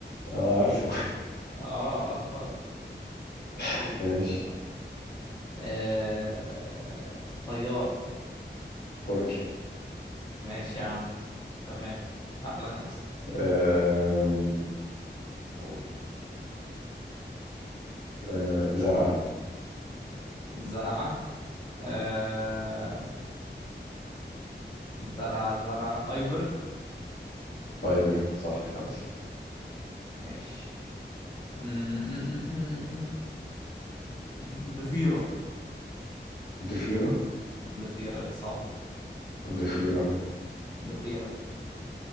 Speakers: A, on the left; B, on the left.
A: آه عارفه
B: اه <laughs> ابتدي
A: <laughs>
B: يا
A: ماشي
B: باشا أنا. آه... طياره
A: كركي
B: ماشي يا عم تمام احلى خمسه
A: آه
B: قول
A: آه زرعه
B: زرعه آه... زرعه زرعه ايفرن
A: ايفر صح خمسه
B: ماشي <laughs> ضفيره
A: ضفيره
B: ضفيره دي صعبه
A: ضفيره
B: ضفيره